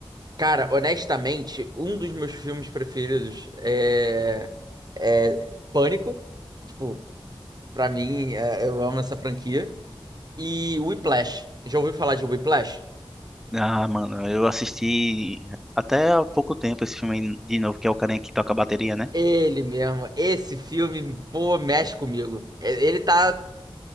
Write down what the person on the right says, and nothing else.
Cara, honestamente, um dos meus filmes preferidos é, é Pânico. Tipo, pra mim, é- eu amo essa franquia. E Whiplash. Já ouviu falar de Whiplash?
Ele mesmo, esse filme, pô, mexe comigo. E- Ele tá